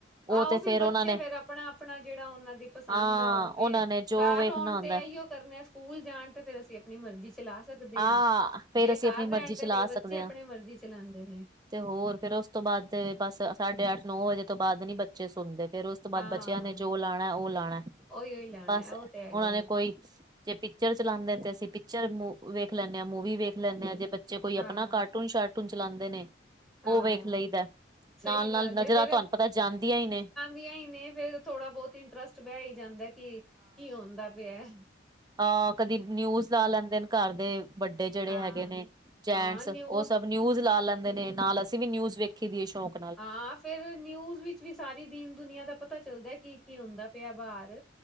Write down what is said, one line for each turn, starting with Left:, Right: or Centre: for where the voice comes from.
Right: ਉਹ
Centre: ਆਓ
Right: ਤੇ
Centre: ਫਿਰ
Right: ਫੇਰ
Centre: ਬੱਚੇ
Right: ਉਹਨਾਂ ਨੇ
Centre: ਫਿਰ ਆਪਣਾ-ਆਪਣਾ ਜੇੜਾ ਉਨਾਂ ਦੀ ਪਸੰਦ
Right: ਹਾਂ
Centre: ਆ ਹੋਵੇ
Right: ਉਹਨਾਂ ਨੇ ਜੋ
Centre: ਘਰ
Right: ਵੇਖਣਾ
Centre: ਹੋਣ ਤੇ
Right: ਹੁੰਦਾ
Centre: ਐਈਓ ਕਰਨੈ ਸਕੂਲ ਜਾਣ ਤੇ ਫੇਰ ਅਸੀਂ ਆਪਣੀ ਮਰਜ਼ੀ ਚ ਚਲਾ ਸਕਦੇ
Right: ਆਹ
Centre: ਆ
Right: ਫੇਰ
Centre: ਜੇ
Right: ਅਸੀਂ
Centre: ਘਰ
Right: ਆਪਣੀ ਮਰਜ਼ੀ
Centre: ਰੈਣ ਤੇ
Right: ਚਲਾ
Centre: ਫੇਰ ਬੱਚੇ
Right: ਸਕਦੇ
Centre: ਆਪਣੇ
Right: ਹਾਂ।
Centre: ਮਰਜ਼ੀ ਚਲਾਂਦੇ ਨੇ।
Right: ਤੇ ਹੋਰ ਫੇਰ ਉਸ ਤੋਂ ਬਾਦ ਬਸ ਸਾਢੇ ਅੱਠ ਨੌ ਵਜੇ ਤੋਂ ਬਾਦ ਨੀ ਬੱਚੇ ਸੋਂਦੇ। ਫੇਰ ਉਸ ਤੋਂ ਬਾਦ
Centre: ਹਾਂ
Right: ਬੱਚਿਆਂ ਨੇ ਜੋ ਲਾਣਾ ਓ ਲਾਣਾ
Centre: ਉਹੀ ਉਹੀ ਲਾਉਣਾ
Right: ਬਸ
Centre: ਉਹ ਤੇ ਹੈਗਾ
Right: ਓਨਾਂ ਨੇ
Centre: ਹੈ
Right: ਕੋਈ ਜੇ ਪਿਕਚਰ ਚਲਾਉਂਦੇ ਨੇ ਤੇ ਅਸੀਂ ਪਿਕਚਰ ਮੂ ਵੇਖ ਲੈਂਦੇ ਹਾਂ, ਮੂਵੀ ਵੇਖ ਲੈਂਦੇ ਹਾਂ। ਜੇ ਬੱਚੇ ਕੋਈ
Centre: ਹਾਂ
Right: ਆਪਣਾ ਕਾਰਟੂ ਟੂਨ ਸ਼ਾਰਟੂਨ ਚਲਾਉਂਦੇ ਨੇ
Centre: ਹਾਂ
Right: ਉਹ ਵੇਖ ਲਈਦਾ ਐ।
Centre: ਸਹੀ
Right: ਨਾਲ
Centre: ਗੱਲ
Right: -ਨਾਲ ਨਜ਼ਰਾਂ
Centre: ਹੈ ਫੇਰ
Right: ਤੁਹਾਨੂੰ ਪਤਾ ਜਾਂਦੀਆਂ ਹੀ ਨੇ।
Centre: ਹੀ ਨੇ ਫਿਰ ਥੋੜਾ ਬਹੁਤ ਇੰਟਰਸਟ ਵੇਹੀ ਜਾਂਦਾ ਕਿ, ਕੀ ਹੁੰਦਾ ਪਿਆ ਐ।
Right: ਆ ਕਦੀ ਨਿਊਜ਼ ਲਾ ਲੈਂਦੇ ਨੇ ਘਰ ਦੇ। ਵੱਡੇ ਜਿਹੜੇ
Centre: ਹਾਂ
Right: ਹੈਗੇ ਨੇ ਜੈਂਟਸ
Centre: ਹਾਂ ਨਿਊਜ਼
Right: ਉਹ ਸਭ ਨਿਊਜ਼ ਲਾ ਲੈਂਦੇ ਨੇ, ਨਾਲ ਅਸੀਂ ਵੀ ਨਿਊਜ਼ ਵੇਖੀ ਕੀਦੇ ਆ ਸ਼ੌਕ
Centre: ਹਾਂ ਫਿਰ ਨਿਊਜ਼ ਵਿੱਚ ਵੀ ਸਾਰੀ ਦੀਨ ਦੁਨੀਆਂ ਦਾ ਪਤਾ ਚੱਲਦਾ ਕੀ-ਕੀ ਹੁੰਦਾ ਪਿਆ ਬਾਰ।